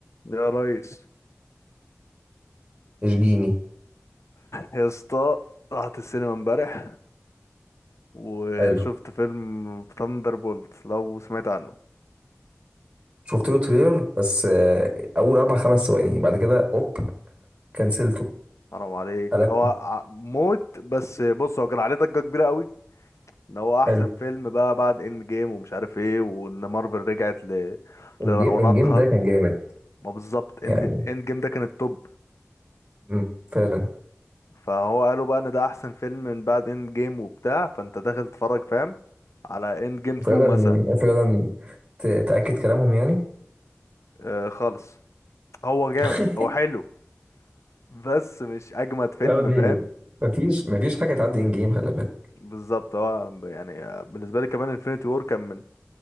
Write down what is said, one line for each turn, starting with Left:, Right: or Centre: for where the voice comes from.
Left: يا ريس
Right: اشجيني
Left: يا اسطى رحت السينما امبارح وشفت
Right: حلو
Left: فيلم ثاندر بولت لو سمعت عنه
Right: شفت له تريلر بس آه، اول اربع خمس ثواني بعد كده اوب كنسلته
Left: حرام عليك
Right: قلبته
Left: هو ع- موت بس بص هو كان عليه ضجة كبيرة قوي ان هو احسن
Right: حلو
Left: فيلم بقى بعد اند جيم ومش عارف ايه وان مارفل رجعت ل...
Right: ان
Left: لرونقها
Right: جيم ان جيم ده كان جامد
Left: ما بالظبط اند
Right: يعني
Left: اند جيم ده كان التوب
Right: مم، فعلا
Left: فهو قالوا بقى ان ده احسن فيلم من بعد اند جيم وبتاع فانت داخل تتفرج فاهم على اند جيم 2
Right: فعلا
Left: مثلا
Right: فعلا ت- تاكد كلامهم يعني
Left: آه خالص هو جامد
Right: <laughs>
Left: هو حلو بس مش اجمد فيلم
Right: لا دي
Left: فاهم
Right: مفيش مفيش حاجه تعدي ان جيم خلي بالك
Left: بالظبط هو يعني بالنسبه لي كمان انفينيتي وور كان من